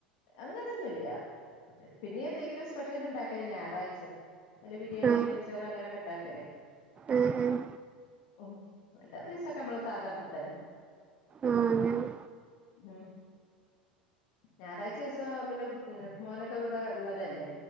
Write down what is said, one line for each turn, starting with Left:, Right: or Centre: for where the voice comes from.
Left: അങ്ങനൊന്നുല്ല പിന്നെ എന്തെങ്കിലും സ്പെഷ്യൽ ഉണ്ടാക്കല് ഞായറാഴ്ച അല്ല ബിരിയാണി
Right: ആഹ്
Left: നെയ്‌ച്ചോറ് അങ്ങനൊക്കെ ണ്ടാക്കല്ലേ
Right: ഏഹ് ഏഹ്
Left: ഉ അല്ലാത്തീസൊക്കെനമ്മളെ സാധാ ഫുഡന്നെ
Right: ആഹ് അങ്ങനെ
Left: ഉം ഞായറാഴ്ച ദിവസം പിന്നെ കുട്ടി മോനൊക്കെ ഇവിടെ ഉള്ളതല്ലേ